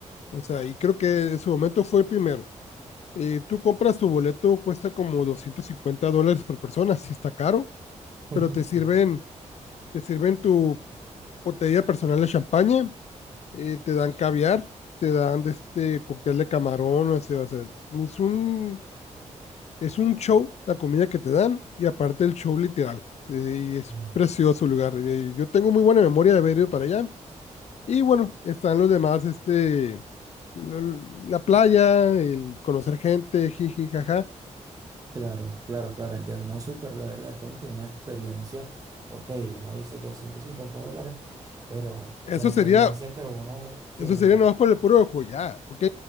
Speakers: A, on the left; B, on the right.
A: O sea, y creo que en su momento fue el primero. Eh, tú compras tu boleto, cuesta como 250 dólares por persona, sí está caro,
B: <laughs>
A: pero te sirven,
B: Sí.
A: te sirven tu botella personal de champaña, eh, te dan caviar, te dan este cóctel de camarón, o sea, o sea, es un Es un show, la comida que te dan, y aparte el show literal. eh, Y es
B: Mm.
A: precioso el lugar. eh, Yo tengo muy buena memoria de haber ido para allá. Y bueno, están los demás, este, l- la playa, el conocer gente, jiji, jaja.
B: Claro, claro, claro, entiendo. No, súper, la verdad, es como que una experiencia, Ok, uno dice 250 dólares, pero
A: Eso
B: la experiencia
A: sería,
B: que uno se...
A: eso sería nomás por el puro ojo ya ¿ok?